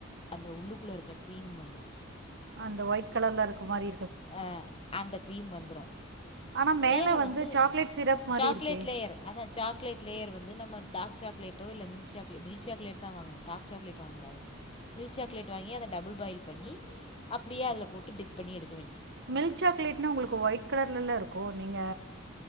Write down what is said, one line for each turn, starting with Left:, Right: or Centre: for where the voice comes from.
Left: அந்த அந்த உள்ளுக்குள்ள இருக்க க்ரீம் வந்துரு
Right: அந்த ஒயிட் கலர்ல இருக்க மாரி
Left: அ அந்த கிரீம் வந்துரு
Right: ஆனால் மேலே
Left: மேல வந்து
Right: சாக்லேட் சிரப் மாதிரி
Left: சாக்லேட்
Right: இருக்கே
Left: லேயர் அத சாக்லேட் லேயர் வந்து நம்ம டார்க் சாக்லேட் டோர்ல மில்க் சாக்லேட் மில்க் சாக்லேட் தா வாங்கனு டாக் சாக்லேட் வாங்க கூடாது மில்க் சாக்லேட் வாங்கி அத டபுல்பாயில் பன்னிஅப்புடியே அது போட்டு டிப் பன்னி எடுக்
Right: மில்க் சாக்லேட்னா உங்களுக்கு ஒயிட் கலர்லல இருக்கு கோ நீங்க